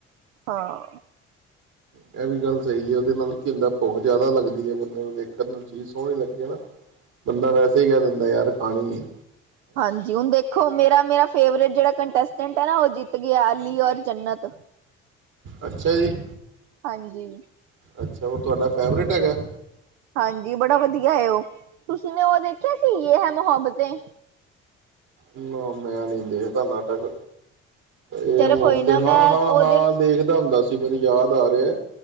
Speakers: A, on the right; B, on the right.
A: ਹਾਂ।
B: ਇਹ ਵੀ ਗੱਲ ਸਹੀ ਹੈ। ਉਹਦੇ ਨਾਲ ਕੀ ਹੁੰਦਾ ਭੁੱਖ ਜਿਆਦਾ ਲੱਗਦੀ ਹੈ। ਬੰਦੇ ਨੂੰ ਦੇਖਣ ਨਾਲ ਚੀਜ਼ ਸੋਹਣੀ ਲੱਗੇ ਨਾ ਬੰਦਾ ਵੈਸੇ ਹੀ ਕਹਿ ਦਿੰਦਾ ਯਾਰ ਖਾਣੀ ਏ।
A: ਹਾਂਜੀ ਹੁਣ ਦੇਖੋ ਮੇਰਾ ਮੇਰਾ ਫੇਵਰੇਟ ਜਿਹੜਾ ਕੰਟੈਸਟੈਂਟ ਹੈ ਨਾ ਉਹ ਜਿੱਤ ਗਿਆ ਅਲੀ ਔਰ ਜੰਨਤ
B: ਅੱਛਾ ਜੀ।
A: ਹਾਂਜੀ
B: ਅੱਛਾ ਉਹ ਤੁਹਾਡਾ ਫੈਵਰੇਟ ਹੈਗਾ
A: ਹਾਂਜੀ ਬੜਾ ਵਧੀਆ ਹੈ ਉਹ ਤੁਸੀਂ ਨੇ ਉਹ ਦੇਖਿਆ ਸੀ ਯੇਹ ਹ ਮੁਹੱਬਤੇ
B: ਨਾ ਮੈਂ ਨਹੀਂ ਦੇਖਦਾ ਨਾਟਕ ਯੇ
A: ਚਲੋ
B: ਹੈ ਮੋਹਬੱਤੇ
A: ਕੋਈ ਨਾ ਮੈਂ
B: ਹਾਂ ਹਾਂ
A: ਉਹਦੇ
B: ਹਾਂ ਦੇਖਦਾ ਹੁੰਦਾ ਸੀ। ਮੈਨੂੰ ਯਾਦ ਆ ਰਿਹਾ